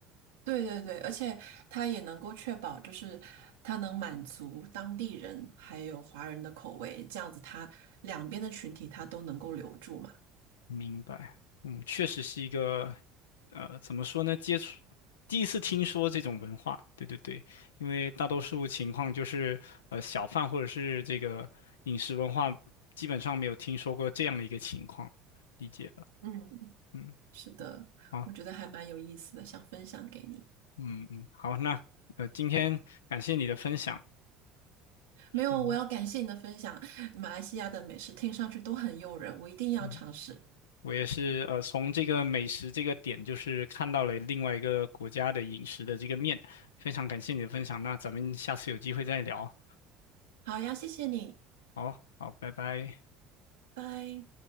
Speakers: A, on the right; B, on the left.
A: 对对对，而且它也能够确保，就是它能满足当地人还有华人的口味，这样子它两边的群体它都能够留住嘛。
B: 明白。嗯，确实是一个，呃，怎么说呢？接触第一次听说这种文化，对对对，因为大多数情况就是，呃，小贩或者是这个饮食文化，基本上没有听说过这样的一个情况，理解了。
A: 嗯，
B: 嗯。
A: 是的，
B: 好。
A: 我觉得还蛮有意思的，想分享给你。
B: 嗯嗯，好，那呃，今天感谢你的分享，是，
A: 没有，我要感谢你的分享，马来西亚的美食听上去都很诱人，我一定要尝试。
B: 嗯，我也是呃，从这个美食这个点，就是看到了另外一个国家的饮食的这个面，非常感谢你的分享，那咱们下次有机会再聊，
A: 好呀，谢谢你，
B: 好好，拜拜。
A: 拜。